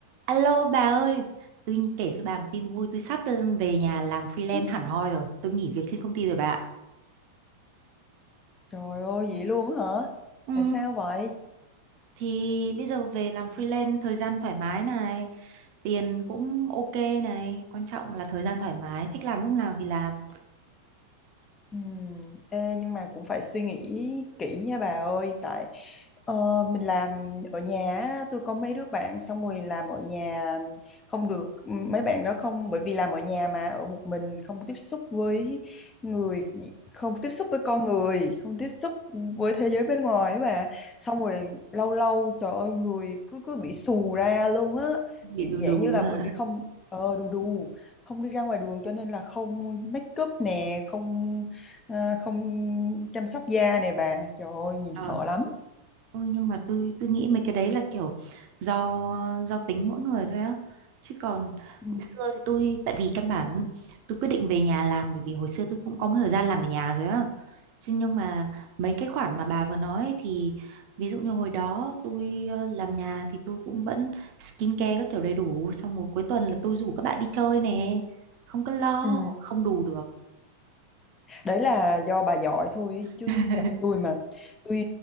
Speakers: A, on the right (about 45°); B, on the left (about 20°).
A: Alo bà ơi, tôi kể cho bà một tin vui, tôi sắp đơn về nhà làm freelance
B: Ê,
A: hẳn hoi rồi, tôi nghỉ việc trên công ty rồi bà. ạ.
B: Trời ơi, vậy luôn hả?
A: Ừ,
B: Tại sao vậy?
A: thì bây giờ về làm freelance thời gian thoải mái này, tiền cũng ok này, quan trọng là thời gian thoải mái, thích làm lúc nào thì làm,
B: Ừm, ê, nhưng mà cũng phải suy nghĩ kỹ nha bà ơi tại ờ, mình làm ở nhà á, tôi có mấy đứa bạn xong rồi làm ở nhà không được ừ, mấy bạn đó không bởi vì làm ở nhà mà ở một mình không tiếp xúc với người không tiếp xúc với con người không tiếp xúc với thế giới bên ngoài ấy bà xong rồi lâu lâu trời ơi người cứ cứ bị xù ra luôn á
A: bị
B: kiểu
A: đù đù
B: dạng như là
A: à.
B: bởi vì không ờ đù đù không đi ra ngoài đường cho nên là không make up nè không Ờ, không chăm sóc da này bà trời ơi nhìn
A: <laughs>
B: sợ lắm
A: Ừ, nhưng mà tôi tôi nghĩ mấy cái đấy là kiểu do do tính mỗi người thôi á chứ còn
B: Ừ.
A: hồi xưa thì tôi tại vì căn bản tôi quyết định về nhà làm bởi vì hồi xưa tôi cũng có một thời gian làm ở nhà rồi á chứ nhưng mà mấy cái khoản mà bà vừa nói ấy thì ví dụ như hồi đó tôi ờ, làm nhà thì tôi cũng vẫn skincare các kiểu đầy đủ xong một cuối tuần là tôi rủ các bạn đi chơi nè không có lo
B: ừ.
A: không đủ được
B: đấy là do bà giỏi thôi ấy,
A: <laughs>
B: chứ gặp tôi mà tôi